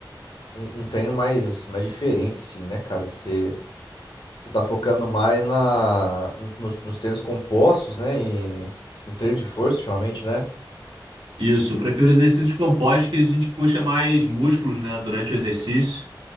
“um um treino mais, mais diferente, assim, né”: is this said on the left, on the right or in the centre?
Left